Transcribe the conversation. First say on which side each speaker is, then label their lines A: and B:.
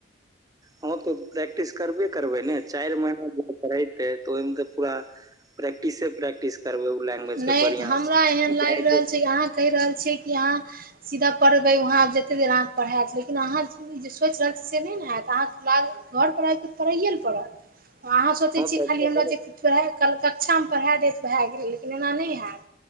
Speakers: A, on the right (about 20°); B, on the right (about 45°).
A: हँ तऽ प्रैक्टिस करबे करबै ने चारि महीना ज पेतै। तऽ ओहिमे तऽ पूरा प्रैक्टिसे प्रैक्टिस करबै ओ लैंग्वेजके
B: नहि
A: बढ़िआँ
B: तऽ हमरा
A: सँ।
B: एहन लागि रहल छै अहाँ कहि रहल छियै कि अहाँ सीधा पढ़बे वहाँं जते देर अहाँ पढ़ायत लेकिन अहाँ। जे सोचि रहल छी से नहि ने हयत अहाँकेँ घर पर आबि तऽ पढ़ैए ने पड़त अहाँ सोचै छियै,
A: तऽ ओकर
B: खाली हमरा जे पढ़ कक्षामे पढ़ाए देत भए गेलै लेकिन एना नहि हैत।